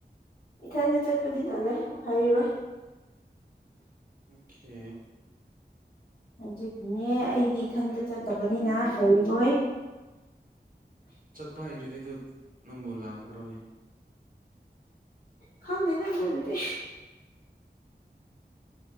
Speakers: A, on the left; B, on the right.
A: ꯏꯊꯟꯗ ꯆꯠꯄꯗꯤ ꯇꯜꯂꯦ ꯍꯩꯔꯣꯏ
B: ꯑꯣꯀꯦ
A: ꯑꯗꯨꯒꯤꯅꯦ ꯑꯩꯗꯤ ꯏꯊꯟꯗ ꯆꯠꯇꯕꯅꯤꯅ ꯍꯩꯔꯣꯏ
B: ꯆꯠꯄ ꯍꯩꯔꯗꯤ ꯑꯗꯨ ꯅꯪꯕꯨ ꯂꯥꯛꯀꯗ꯭ꯔꯣꯅꯦ
A: ꯈꯥꯎꯗꯅ ꯅꯗꯤ